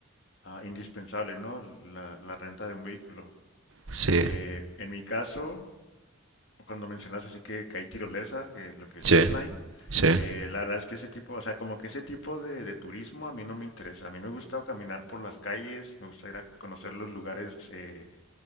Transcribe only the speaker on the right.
Sí,
sí,
sí,